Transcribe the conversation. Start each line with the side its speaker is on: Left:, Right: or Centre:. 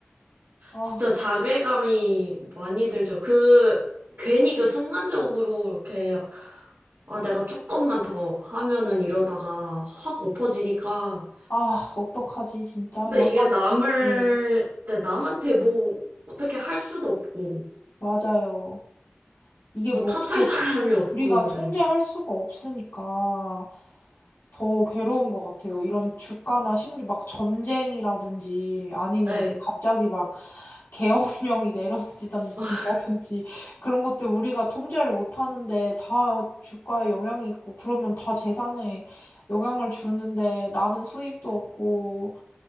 Left: 아,
Right: 진짜 자괴감이 많이 들죠. 그, 괜히 그 순간적으로 이렇게, 아, 내가 조금만 더 하면은 이러다가 확 엎어지니까.
Left: 아, 어떡하지, 진짜.
Right: 근데
Left: 약간,
Right: 이게 남을,
Left: 네,
Right: 네, 남한테 뭐, 어떻게 할 수도 없고,
Left: 맞아요. 이게
Right: 뭐
Left: 뭐
Right: 탓할
Left: 어떻게
Right: <laughs> 사람이 없고,
Left: 우리가 통제할
Right: 네.
Left: 수가 없으니까. 더 괴로운 것 같아요. 이런 주가나 심지어 막 전쟁이라든지 아니면
Right: 네,
Left: 뭐 갑자기 막 계엄령이 <laughs> 내려지다든지
Right: <laughs>
Left: <laughs> 그런 것들 우리가 통제를 못 하는데 다 주가에 영향이 있고 그러면 다 재산에 영향을 주는데 나는 수입도 없고